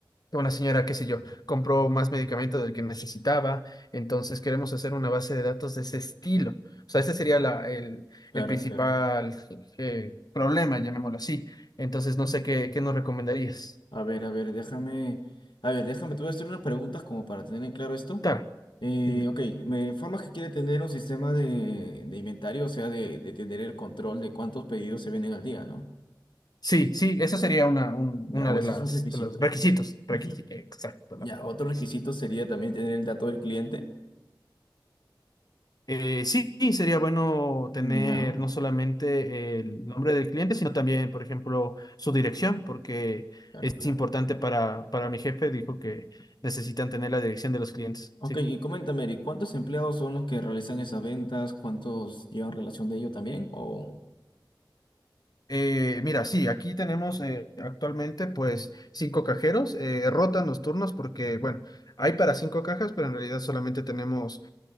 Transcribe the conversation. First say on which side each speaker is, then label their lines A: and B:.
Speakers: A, on the left (about 55°); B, on the left (about 80°).
A: una señora, qué sé yo, compró más medicamento del que necesitaba, entonces queremos hacer una base de datos de ese estilo. O sea, ese sería la- el,
B: Claro,
A: el principal
B: claro.
A: eh, problema, llamémoslo así. Entonces,
B: Ujú.
A: no sé qué, qué nos recomendarías.
B: A ver, a ver, déjame. A ver, déjame, te voy a hacer unas preguntas como para tener en claro esto.
A: Claro,
B: Eh,
A: dime.
B: ok, me informas que quiere tener un sistema de, de inventario, o sea, de, de tener el control de cuántos pedidos se venden al día, ¿no?
A: Sí, sí, eso sería una, un-
B: Ya,
A: una
B: o
A: de
B: ese
A: las,
B: es un requisito.
A: de los requisitos. Requisi-
B: Ujú.
A: exacto, la
B: Ya,
A: palabra
B: otro
A: requisitos.
B: requisito sería también tener el dato del cliente.
A: Eh, sí, sí, sería bueno tener
B: Mm, Ya,
A: no solamente el nombre del cliente, sino también, por ejemplo, su dirección, porque
B: claro,
A: es
B: claro.
A: importante para, para mi jefe, dijo que necesitan tener la dirección de los clientes.
B: Ok,
A: Sí.
B: y coméntame, Eric, ¿cuántos empleados son los que realizan esas ventas? ¿Cuántos llevan relación de ello también? O...
A: Eh, mira, sí, aquí tenemos eh, actualmente pues cinco cajeros, eh, rotan los turnos porque, bueno, hay para cinco cajas, pero en realidad solamente tenemos